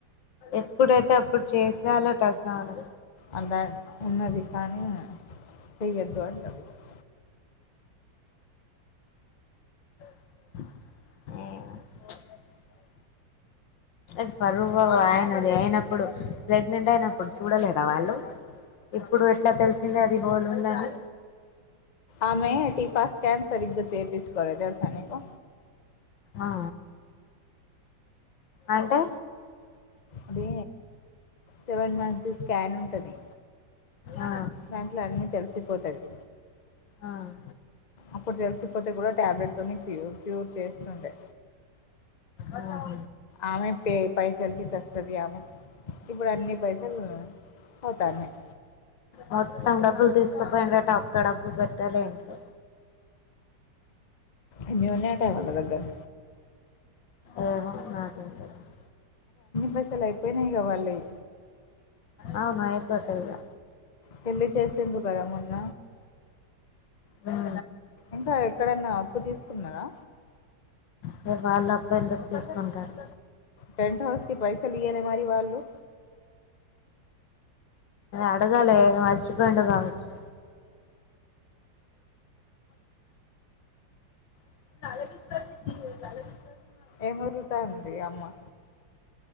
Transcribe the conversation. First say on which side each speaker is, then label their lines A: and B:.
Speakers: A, on the left; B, on the left.
A: ఎప్పుడైతే అప్పుడు చేసేయాలట స్నానం.
B: అలా ఉన్నది కానీ చెయ్యొద్దు అంటర్రు ఇగా. <inaudible>
A: హ్మ్ అది పరువా ఆయనది అయినప్పుడు ప్రెగ్నెంట్ అయినప్పుడు చూడలేదా వాళ్ళు ఇప్పుడు ఎట్లా తెలిసింది అది హోల్ ఉందని
B: ఆమె టిఫా స్కాన్ సరిగ్గా చేప్పించుకోల తెలుసా నీకు
A: ఆ అంటే
B: అదీ సెవెన్ మంత్స్ స్కానింగ్ ఉంటది
A: ఆ
B: దాంట్లో అన్నీ తెలిసిపోతది
A: ఆ
B: అప్పుడు జెలిసిపోతే కూడా టాబ్లెట్ తోనే క్యూ క్యూర్ చేస్తుండే
A: ఆహ
B: ఆమె పే పైసలకి సస్తది ఆమె ఇప్పుడు అన్నీ పై సల్ పోతాన్నాయ్
A: మొత్తం డబ్బులు తీసుకుపోయిండట ఒక్క డబ్బు పెట్టలే ఇంట్లో
B: ఎన్ని ఉన్నాయట వాళ్ళ దగ్గర్
A: ఏమో నాకేం తెలుసు
B: పైసల్ అయిపోయినాయిగా వాళ్ళయ్
A: అవును అయిపోతాయ్ ఇగ
B: పెళ్లి చేసిండ్రు కదా మొన్న
A: ఉమ్
B: ఇంకా ఎక్కడన్నా అప్పు తీసుకున్నారా
A: వే వాళ్ళు అప్పు ఎందుకు తీసుకుంటారు
B: పెంట్ హౌస్ కి పైసలు ఇయ్యలే మరి వాళ్లు
A: అడగాలే మర్చిపోయిండు కావచ్చు <unintelligible>
B: ఏం వొర్రుతాంది అమ్మ